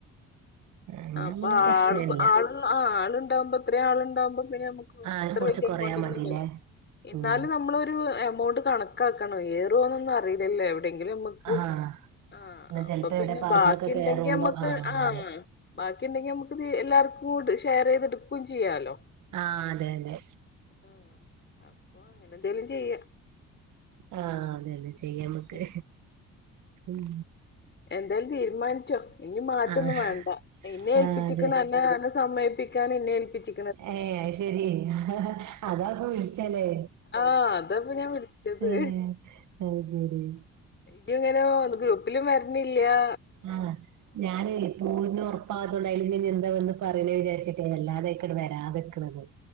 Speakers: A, on the right; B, on the left.
A: അങ്ങനെ
B: അപ്പൊ
A: പിന്നെ പ്രശ്നല്ല
B: ആള് ആള് ആ ആള്ണ്ടാവുമ്പോ ഇത്രെ ആളുണ്ടാവുമ്പോ പിന്നെ നമുക്ക്
A: ആഹ്
B: അത്ര
A: കൊറച്ച്
B: വല്യ
A: കൊറയാ
B: എമൗണ്ട് ഒന്നും
A: മതില്ലേ
B: വ എന്നാല്
A: ഉം
B: നമ്മളൊരു എമൗണ്ട് കണ ക്കാക്കണോ ഏറോന്നൊന്നും അറീലല്ലോ എവ് എവിടെങ്കിലു നമ്മക്ക്
A: ആഹ്
B: ആ
A: എന്നാ
B: അപ്പൊ
A: ചെലപ്പോ
B: പിന്നെ
A: എവിടെ പാർക്കിലൊക്കെ
B: ബാക്കി ഇണ്ടെങ്കി
A: കേറുമ്പോ
B: നമ്മക്ക് ആഹ്
A: അതെ
B: ബാക്കി ഇണ്ടെങ്കി നമുക്ക്‌ എല്ലാർക്കു ഷെയറേയ്തെടുക്കും ചെയ്യാലോ
A: ആ അതെ അതെ
B: ആഹ് അപ്പൊ അങ്ങനെ എന്തേലും ചെയ്യാ
A: ആ അതെ അതെ ചെയ്യാമ്മക്ക്
B: ഉം
A: ഉം
B: എന്തേലും തീര്മാൻച്ചോ ഇഞ് മാറ്റൊന്നും
A: ആഹ്
B: വേണ്ട ഇന്നെ ഏൽപ്പിച്ചിക്ക്‌ണ്
A: ആഹ് അതെ
B: അന്നെ അന്നെ സമയിപ്പി ഞാൻ നിന്നെ ഏല്പിച്ച്
A: ഏഹ് ആയിശരി അതാപ്പ വിളിച്ചല്ലേ?
B: ആഹ് അതാപ്പൊ ഞാൻ വിളിച്ചത്
A: ഉം അയ്ശരി
B: ഇത് ഇങ്ങനെ ഗ്രൂപ്പിലും വരണില്ല്യാ
A: ആഹ് ഞാന് പോവുന്നത് ഉറപ്പാത്തോണ്ട ആയിൽ എന്താ വന്ന് പറയാ വിചാരിച്ചിട്ടേ അല്ലാതെ വരാതെ നിക്ന്നത്